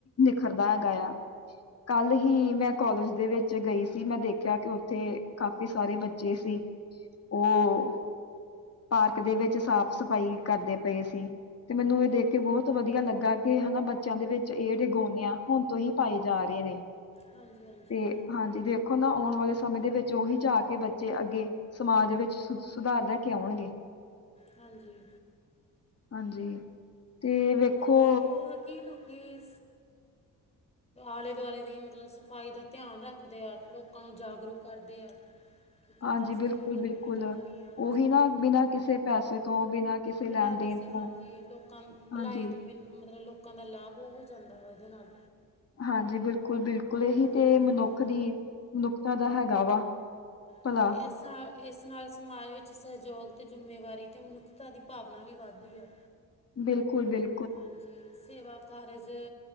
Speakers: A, on the left; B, on the left.
A: ਨਿਖਰਦਾ ਹੈਗਾ ਆ। ਕੱਲ ਹੀ ਹੀ ਮੈਂ ਕੋਲਜ ਦੇ ਵਿੱਚ ਗਈ ਸੀ ਮੈਂ ਦੇਖਿਆ ਕਿ ਉੱਥੇ ਕਾਫੀ ਸਾਰੇ ਬੱਚੇ ਸੀ। ਉਹ ਪਾਰਕ ਦੇ ਵਿੱਚ ਸਾਫ਼ ਸਫ਼ਾਈ ਕਰਦੇ ਪਏ ਸੀ। ਤੇ ਮੈਨੂੰ ਇਹ ਦੇਖ ਕੇ ਬਹੁਤ ਵਧੀਆ ਲੱਗਾ ਕਿ ਹਨਾ ਬੱਚਿਆਂ ਦੇ ਵਿੱਚ ਇਹ ਜਿਹੜੇ ਗੋਨਿਆਂ ਹੁਣ ਤੋਂ ਹੀ ਪਾਏ ਜਾ ਰਹੇ ਨੇ।
B: ਹਾਂਜੀ-ਹਾਂਜੀ
A: ਤੇ ਹਾਂਜੀ ਦੇਖੋ ਨਾ ਆਉਣ ਵਾਲੇ ਸਮੇਂ ਦੇ ਵਿੱਚ ਉਹੀ ਜਾ ਕੇ ਬੱਚੇ ਅੱਗੇ ਸਮਾਜ ਦੇ ਵਿੱਚ ਸੁਧਾਰ ਲੈ ਕੇ ਆਉਣਗੇ।
B: ਹਾਂਜੀ।
A: ਹਾਂਜੀ ਤੇ ਵੇਖੋ
B: ਹਾਂਜੀ ਕੀ ਲੋਕੀ ਆਲੇ ਦੁਆਲੇ ਦੀ ਮਤਲਬ ਸਫਾਈ ਦਾ ਧਿਆਨ ਰੱਖਦੇ ਆ ਲੋਕਾਂ ਨੂੰ ਜਾਗਰੂਕ ਕਰਦੇ ਆ। ਕਿ ਕਿੱਦਾਂ
A: ਹਾਂਜੀ,
B: ਸਫਾਈ
A: ਬਿਲਕੁਲ-ਬਿਲਕੁਲ
B: ਕਰਨੀ ਹੈ ਰੱਖਣੀ ਹੈ ਹਾਂਜੀ
A: ਉਹੀ ਨਾ ਬਿਨਾਂ ਕਿਸੇ ਪੈਸੇ ਤੋਂ ਬਿਨਾਂ ਕਿਸੇ
B: ਬਿਨਾਂ
A: ਲੈਣ
B: ਕਿਸੇ
A: ਦੇਣ ਤੋਂ
B: ਹਾਂਜੀ ਲੋਕਾਂ ਭਲਾਈ
A: ਹਾਂਜੀ
B: ਤੋਂ ਬਿ ਮਤਲਬ ਲੋਕਾਂ ਦਾ ਲਾਭ ਉਹ ਹੋ ਜਾਂਦਾ ਵਾ ਇਹਦੇ ਨਾਲ।
A: ਹਾਂਜੀ, ਬਿਲਕੁਲ-ਬਿਲਕੁਲ ਇਹੀ
B: ਹਾਂਜੀ
A: ਤੇ ਮਨੁੱਖ ਦੀ ਮਨੁੱਖਤਾ ਦਾ ਹੈਗਾ ਵਾ। ਭਲਾ
B: ਹਾਂਜੀੇ ਐਸ ਸਾਲ ਇਸ ਨਾਲ ਸਮਾਜ ਵਿੱਚ ਸਹਿਯੋਗ ਅਤੇ ਜ਼ਿੰਮੇਵਾਰੀ ਅਤੇ ਮਨੁੱਖਤਾ ਦੀ ਭਾਵਨਾ ਵੀ ਵੱਧਦੀ ਹੈ।
A: ਬਿਲਕੁਲ ਬਿਲ
B: ਹਾਂਜੀ ਸੇਵਾ ਕਾਰਜ